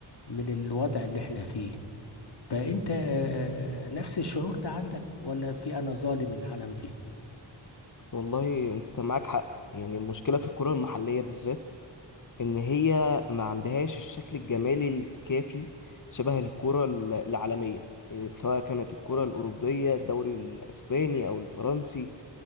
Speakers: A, on the left (about 60°); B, on the left (about 45°).
A: من الوضع اللي احنا فيه فأنت آه، نفس الشعور ده عندك ولا في أنا ظالم العالم دي؟
B: والله انت معاك حق يعني المشكلة في الكرة المحلية بالذات ان هي ما عندهاش الشكل الجمالي الكافي شبه الكرة ال- العالمية إيه، سواء كانت الكرة الأوروبية الدوري الأسباني أو الفرنسي